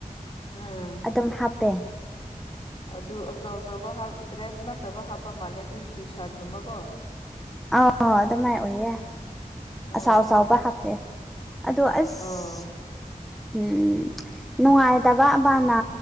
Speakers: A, on the left (about 40°); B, in the centre.
A: ꯎꯝ
B: ꯑꯗꯨꯝ ꯍꯥꯞꯄꯦ
A: ꯑꯗꯨ ꯑꯆꯧ ꯑꯆꯧꯕꯥ ꯗ꯭ꯔꯦꯁ ꯅꯠꯇꯕ ꯍꯥꯞꯄ ꯃꯥꯜꯂꯦ ꯑꯗꯨꯗꯤ ꯇꯤ ꯁꯥ꯭ꯔꯠ ꯀꯨꯝꯕꯀꯣ
B: ꯑ ꯑꯗꯨ ꯃꯥꯏꯅ ꯑꯣꯏꯌꯦ
A: ꯑꯣ
B: ꯑꯆꯥꯎ ꯑꯆꯥꯎꯕ
A: ꯑꯣ
B: ꯍꯥꯞꯇꯦ ꯑꯗꯨ ꯑꯁ
A: ꯑꯣ
B: ꯎꯝ ꯅꯨꯡꯉꯥꯏꯇꯕ ꯑꯃꯅꯥ